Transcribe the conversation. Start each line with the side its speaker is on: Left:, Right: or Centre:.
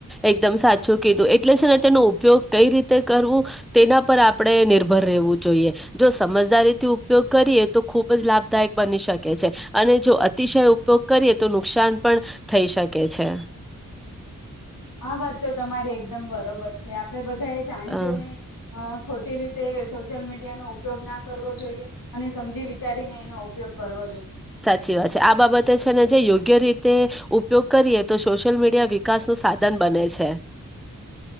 Centre: એકદમ સાચું કીધું એટલે છે ને તેનો ઉપયોગ કઈ રીતે કરવું તેના પર આપડે નિભર રહેવું જોઈએ. જો સમજદારીથી ઉપયોગ કરીએ તો ખૂબ જ લાભ દાયક બની શકે છે અને જો અતિશય ઉપયોગ કરીએ તો નુકસાન પણ થઈ શકે છે.
Left: આ વાત તો તમારી એકદમ બરોબર છે. આપડે બધા એ જાણી
Centre: અ
Left: જોઈને અહ ખોટી રીતે સોશિયલ મીડિયાનો ઉપયોગ ના કરવો જોઈએ અને સમજી વિચારીને એનો ઉપયોગ કરવો જોઈએ.
Centre: સાચી વાત છે. આ બાબતે છે ને જે યોગ્ય રીતે ઉપયોગ કરીએ તો શો શિયલ મીડિયા વિકાસનું સાધન બને છે.